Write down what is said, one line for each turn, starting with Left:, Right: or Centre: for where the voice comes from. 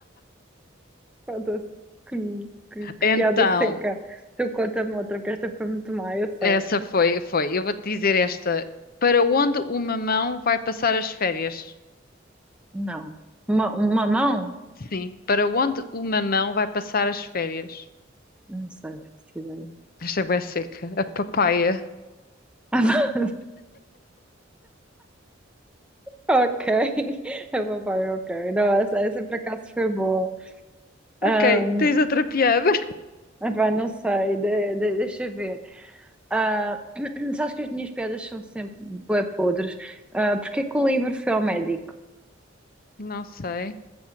Centre: Foda-se. Que, que- que
Left: Então,
Centre: piada seca. Tu conta-me outra, porque esta foi muito má, eu
Left: essa
Centre: sei.
Left: foi, foi. Eu vou-te dizer esta. Para onde uma mão vai passar as férias?
Centre: Não. Uma, uma mão?
Left: Sim. Para onde o mamão vai passar as férias?
Centre: Não sei, não faço ideia.
Left: Esta é bué seca. A papaya.
Centre: <laughs> Ok, <laughs> é papai, ok. Não, essa, essa por acaso foi boa. Ahm,
Left: Ok, tens outra piada? <laughs>
Centre: epá, não sei, de- de- deixa eu ver. Ah, <clears throat> sabes que as minhas piadas são sempre bué podres. Ah, porque é que o livro foi ao médico?
Left: Não sei.